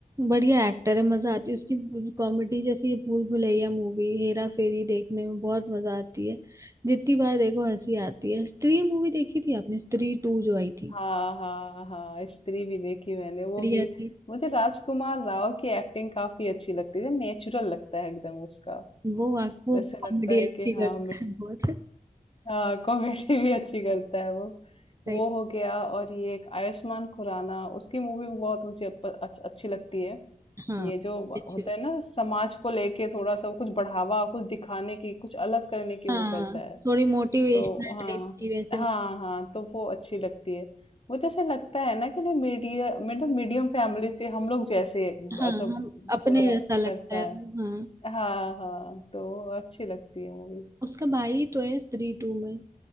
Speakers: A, on the right; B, on the left.
A: बढ़िया एक्टर है मजा आती है उसकी कॉमेडी जैसे ये भूल भुलैया मूवी हेरा फेरी देखने में बहुत मजा आती है जितनी बार देखो हंसी आती है स्त्री मूवी देखी थी आपने स्त्री टू जो आई थी
B: हाँ हाँ हाँ स्त्री भी देखी मैंने वो
A: बढ़िया
B: भी
A: थी
B: मुझे राजकुमार राव की एक्टिंग काफी अच्छी लगती है नेचुरल लगता है एकदम उसका
A: वो वाक वो
B: जैसे
A: कॉमेडी
B: लगता है
A: अच्छी
B: कि हाँ
A: करता है बहुत
B: हाँ कॉमेडी <laughs> भी अच्छी करता है वो
A: सही
B: वो हो गया और ये एक आयुष्मान खुराना उसकी मूवी भी बहुत मुझे अप- अच्छ- अच्छी लगती है
A: हाँ
B: ये जो व-
A: अच्छी
B: होता है ना समाज को लेके थोड़ा सा कुछ बढ़ावा कुछ दिखाने की कुछ अलग करने की
A: हाँ
B: वो करता है
A: थोड़ी मोटिवेशनल
B: तो हाँ
A: टाइप की वैसे
B: हाँ हाँ तो वो अच्छी लगती है वो जैसे लगता है ना कि नहीं मीडिया मतलब मीडियम फैमिली से हम लोग जैसे मतलब
A: हाँ हम अपने
B: पूरा
A: जैसा लगता
B: करता
A: है वो,
B: है
A: हाँ
B: हाँ हाँ तो वो अच्छी लगती है मूवी
A: उसका भाई तो है स्त्री टू में